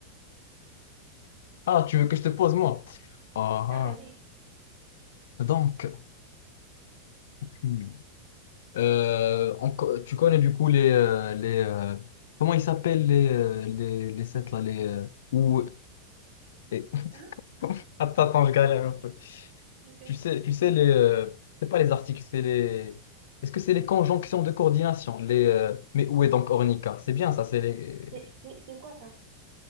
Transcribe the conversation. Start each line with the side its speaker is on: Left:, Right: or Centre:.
Left: Ah, tu veux que je te pose, moi? Ah,
Right: Ah bah oui.
Left: ah. donc, hmm. Euh, on co- tu connais du coup les... euh, les euh, comment ils s'appellent les, euh, les, les sets là les, euh, ou, et-
Right: Hein
Left: <laughs> Attends, attends, je galère.
Right: Ok.
Left: Tu sais, tu sais les, euh, c'est pas les articles, c'est les. Est-ce que c'est les conjonctions de coordination? Les, euh, mais où est donc Ornica? C'est bien ça, c'est les,
Right: C'est c'est- c'est quoi ça?